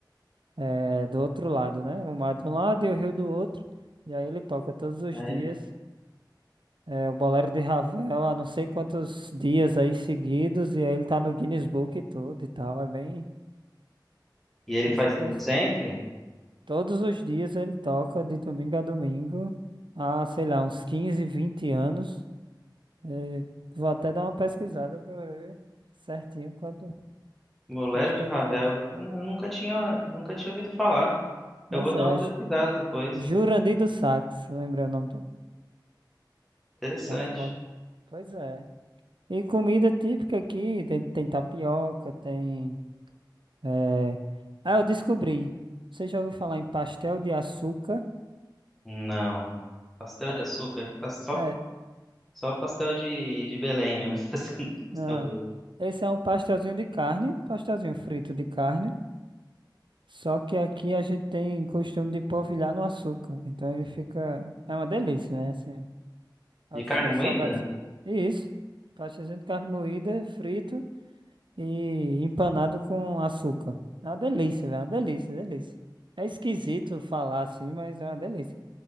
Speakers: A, on the right (about 80°); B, in the centre.
A: é, do outro lado, né? O mar de um lado e o rio do outro. E aí ele toca todos os
B: Aí-
A: dias. É, o Bolero de Ravel há não sei quantos dias aí seguidos, e aí ele tá no Guinness Book e tudo e tal. É bem.
B: e ele
A: Tem
B: faz
A: esses
B: isso
A: dois.
B: sempre?
A: Todos os dias ele toca, de domingo a domingo, há, sei lá, uns 15, 20 anos. É, vou até dar uma pesquisada pra ver certinho quanto,
B: Bolero
A: quanto
B: de
A: tempo
B: Ravel,
A: faz.
B: essa eu nunca tinha nunca tinha ouvido falar.
A: Mas
B: Eu vou dar
A: é,
B: uma pesquisada
A: Ju-
B: depois.
A: Jurandir do Sax, lembrei o nome dele.
B: Interessante.
A: Toca o Bolero. Pois é. E comida típica aqui, tem tem tapioca, tem. É... Ah, eu descobri. Você já ouviu falar em pastel de açúcar?
B: Não. Pastel de açúcar, pas- só
A: É,
B: Só pastel de, de Belém mesmo. <laughs> Pastel
A: não.
B: do-
A: Esse é um pastelzinho de carne, pastelzinho frito de carne. Só que aqui a gente tem costume de polvilhar no açúcar. Então ele fica. É uma delícia, né? Assim, é
B: de
A: um dos
B: carne
A: meus
B: moída?
A: salgados. E isso. Pastelzinho de carne moída, frito e empanado com açúcar. É uma delícia, velho. É uma delícia, delícia. É esquisito falar assim, mas é uma delícia.